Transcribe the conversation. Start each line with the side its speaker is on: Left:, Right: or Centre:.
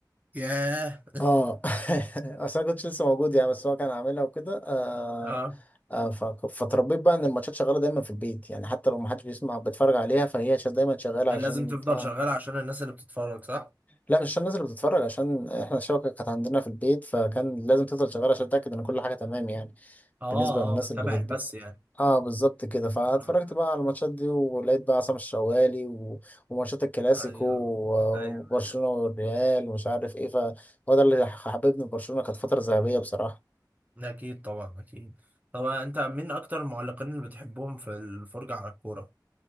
Right: ياه
Left: اه <laughs> اصل انا كنتش لسه موجود يعني بس هو كان عاملها وكده آه
Right: <laughs> اه
Left: آه ف- فتربيت بقى ان الماتشات شغاله دايما في البيت يعني حتى لو ما حدش بيسمع بيتفرج عليها فهي شا- دايما شغاله عشان
Right: لازم تفضل
Left: آه،
Right: شغال عشان الناس اللي بتتفرج صح؟
Left: لا مش عشان الناس اللي بتتفرج عشان احنا الشبكه كانت عندنا في البيت فكان لازم تفضل شغاله عشان اتاكد ان كل حاجه تمام يعني
Right: اه
Left: بالنسبه للناس
Right: اه بتابع
Left: اللي بت
Right: البث يعني
Left: اه بالظبط كده فاتفرجت
Right: آه،
Left: بقى على الماتشات دي ولقيت بقى عصام الشوالي و... وماتشات الكلاسيكو
Right: ايوه
Left: و-
Right: ايوه
Left: وبرشلونه والريال ومش عارف ايه فهو ده اللي حببني في برشلونه كانت فتره ذهبيه بصراحه
Right: اكيد طبعا اكيد طبعا انت مين اكتر المعلقين اللي بتحبهم في الفرجة على الكورة؟